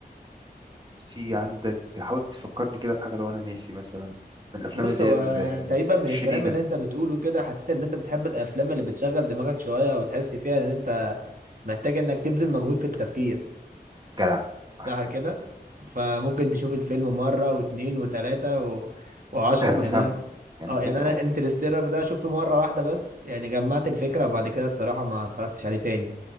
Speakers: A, on the right (about 25°); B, on the right (about 55°).
A: في عندك حاول تفكرني كده بحاجه لو انا ناسي مثلا من الافلام
B: بص
A: اللي
B: هو
A: هي ال-
B: يعني تقريبا من
A: الشديده
B: الكلام اللي انت بتقوله كده حسيت ان انت بتحب الافلام اللي بتشغل دماغك شويه وبتحس فيها ان انت محتاج انك تبذل مجهود في التفكير
A: جدع صح
B: صح
A: كده
B: كده فممكن تشوف الفيلم مرة واتنين وتلاتة و... وعشرة
A: لحد
B: يعني
A: ما تفهمه يعني
B: اه
A: فاهم
B: يعني انا
A: اه
B: انترستيلر ده شفته مرة واحدة بس يعني جمعت الفكرة وبعد كده الصراحة ما اتفرجتش عليه تاني